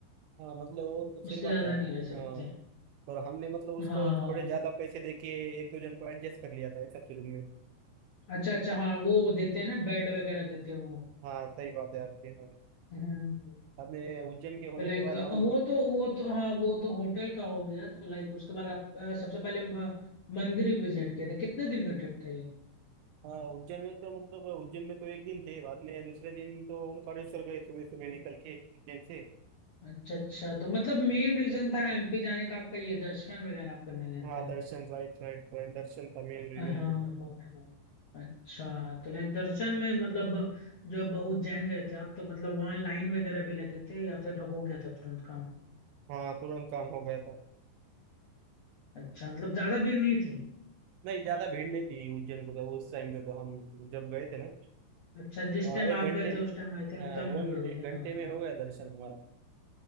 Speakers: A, on the right (about 80°); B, on the left (about 55°).
A: हाँ मतलब वो तो सही
B: उससे
A: बात
B: ज्यादा
A: है आपकी
B: नहीं रह सकते
A: हाँ और हमने मतलब उसको
B: हाँ हाँ
A: थोड़े ज्यादा पैसे देके एक दो जन को एडजस्ट कर लिया था ऐसा शुरू में
B: अच्छा अच्छा हाँ वो देते हैं ना बेड वगैरह देते हैं वो
A: हाँ सही बात है आपकी हाँ
B: हम्म
A: हमें उज्जैन के होने
B: लाइक
A: के बाद हम
B: वो तो वो तो हाँ वो तो होटल का हो गया तो लाइक उसके बाद आप अ, सबसे पहले अ, मंदिर विजिट किए थे कितने दिन का ट्रिप था ये
A: हाँ उज्जैन में तो मतलब उज्जैन में तो एक दिन थे बाद में दूसरे दिन तो ओमकारेश्वर गए सुबह सुबह निकल के उज्जैन से
B: अच्छा अच्छा तो मतलब मेन रीजन था एमपी जाने का आपका ये दर्शन वगैरह आप करने गए
A: हाँ
B: थे
A: दर्शन राइट राइट राइट दर्शन था मेन रीजन
B: हाँ हाँ
A: तो
B: हाँ अच्छा तो लाइक दर्शन में मतलब जब उज्जैन गए थे आप तो मतलब वहाँ लाइन वगैरह भी लगे थे या फिर हो गया था तुरंत काम
A: हाँ तुरंत काम हो गया था
B: अच्छा मतलब ज्यादा भीड़ नहीं थी
A: नहीं ज्यादा भीड़ नहीं थी उज्जैन को तो उस टाइम पे तो हम जब गए थे ना
B: अच्छा जिस
A: अ,
B: टाइम
A: एक
B: आप
A: घंटे
B: गए थे
A: में
B: उस टाइम आई थिंक
A: हाँ
B: कम
A: वन
B: भीड़ होगी
A: एक घंटे
B: हाँ हाँ।
A: में हो गया दर्शन हमारा